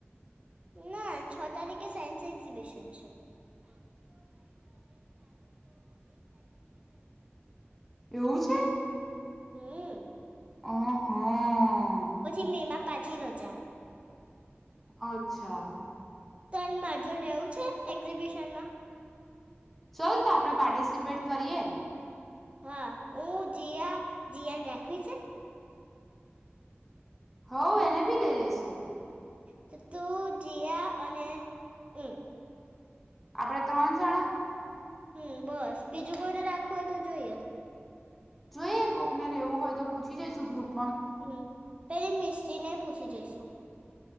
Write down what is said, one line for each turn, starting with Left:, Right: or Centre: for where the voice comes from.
Right: ના છ તારીખે સાયન્સ એક્ઝિબિશન
Centre: એવું છે?
Right: હમ
Centre: આહા
Right: પછી મેમાં પાછી રજા.
Centre: અચ્છા.
Right: તણ મા જોડે રહેવું છે? એક્ઝિબિશન માં.
Centre: ચાલ તો આપડે પાર્ટિસિપેટ કરીએ.
Right: હા હું જિયા, જીયાને રાખવી છે?
Centre: હ એને ભી લઈ લેશું.
Right: તો તું, જિયા અને હું.
Centre: આપડે ત્રણ જણા?
Right: હમ બસ બીજું કોઈને રાખવું હોય તો જોઈએ.
Centre: જોઈએ કોકને રહેવું હોય તો પૂછી જોઈશું ગ્રુપ
Right: હમ પલી મીસ્ટીને પૂછી જઈશુ.